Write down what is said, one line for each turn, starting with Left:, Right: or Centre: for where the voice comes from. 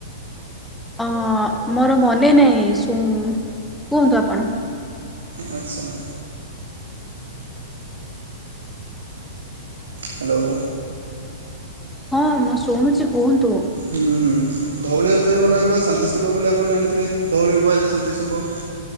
Centre: ହଁ ମୋର ମନେ ନାହିଁ ସୁ କୁହନ୍ତୁ ଆପଣ?
Right: ଆଚ୍ଛା। ହ୍ୟାଲୋ।
Centre: ହଁ ମୁଁ ଶୁଣୁଛି କୁହନ୍ତୁ।
Right: ହୁଁ ହୁଁ। ଧଉଳି ହେଉଛି ଆମର ଏକ ଶାନ୍ତିସ୍ତୂପ ବୋଲି ଆପଣ ଜାଣିଥିବେ? ଧଉଳି କୁହାଯାଏ ଶାନ୍ତିସ୍ତୂପ।